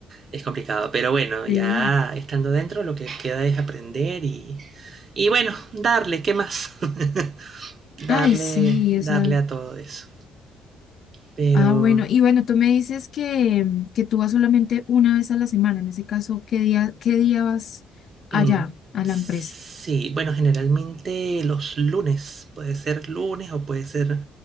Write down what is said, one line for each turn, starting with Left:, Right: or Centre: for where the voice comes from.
Right: es complicado. Pero bueno,
Left: <laughs> Sí.
Right: ya estando dentro, lo que queda es aprender y, y bueno, darle, ¿qué más? <laughs>
Left: Ay,
Right: Darle,
Left: sí,
Right: darle
Left: esa.
Right: a todo eso. Pero
Left: Ah, bueno. Y bueno, tú me dices que, mm, que tú vas solamente una vez a la semana. En ese caso, ¿qué día, qué día vas allá
Right: Mm,
Left: a
Right: sí,
Left: la empresa?
Right: bueno, generalmente los lunes, puede ser lunes o puede ser